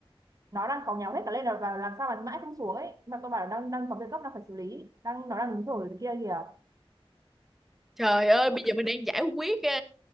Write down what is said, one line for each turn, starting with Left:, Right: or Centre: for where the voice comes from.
Right: nó đang cáu nhau hết cả lên là và làm sao mà mãi không xuống ấy mà tôi bảo là đang đang có việc gấp đang phải xử lý đang nó đang đứng chờ cái kia kìa
Centre: Trời ơi, bây giờ mình đang giải quyết ờ,